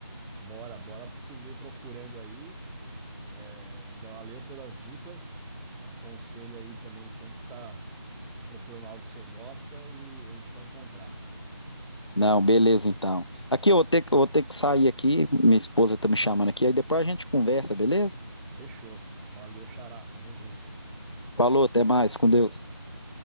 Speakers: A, in the centre; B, on the left.
A: Bora, bora seguir procurando aí. É, Galileu, todas as dicas. Aconselho aí também sempre tá procurando algo que você gosta e a gente vai encontrar.
B: Não, beleza, então. Aqui eu vou ter, que- eu vou ter que sair aqui, minha esposa tá me chamando aqui, aí depois a gente conversa, beleza?
A: Fechou. Valeu, Xará. Tamo junto.
B: Falou, até mais, com
A: É
B: Deus.
A: nóis. Abraço.